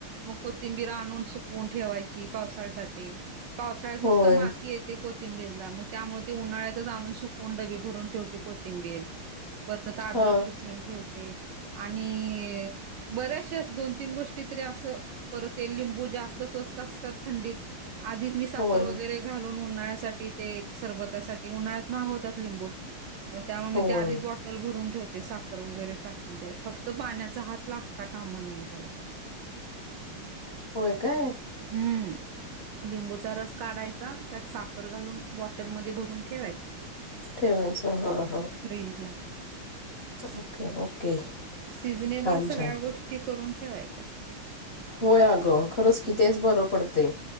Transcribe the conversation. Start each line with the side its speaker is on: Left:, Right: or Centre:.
Right: मग कोथिंबीर आणून सुकवून ठेवायची, पावसाळ्यासाठी पावसाळ्यात
Left: होय
Right: नुसत माती येते कोथिंबीरला, मग त्यामुळे ते उन्हाळ्यातच आणून सुकवून डबी भरून ठेवते कोथिंबीर, परत आद्रक
Left: हा
Right: खिसून ठेवते. ते, आणि बऱ्याचशाच दोन तीन गोष्टी तरी असं, परत ते लिंबू जास्त स्वस्त असतात थंडीत. आधीच मी साखर
Left: होय
Right: वगैरे घालून उन्हाळ्यासाठी ते, सरबतासाठी उन्हाळ्यात महाग होतात लिंबू. मग त्यामुळे
Left: होय
Right: मी त्या आधी भुरून ठेवते, साखर वगैरे टाकून त्यात, फक्त पाण्याचा हात लागता काम नाये त्याला.
Left: होय काय?
Right: हम्म! लिंबूचा रस काढायचा, त्यात साखर घालून बॉटलमध्ये भरून ठेवायच.
Left: ठेवायचं, हां. हां.
Right: फ्रीजला
Left: ओके, ओके
Right: सिजनेबल
Left: छान
Right: सगळ्या
Left: छान
Right: गोष्टी करून ठेवायच्या
Left: होय अगं, खरंच कि
Right: मग
Left: तेच बरं पडतय,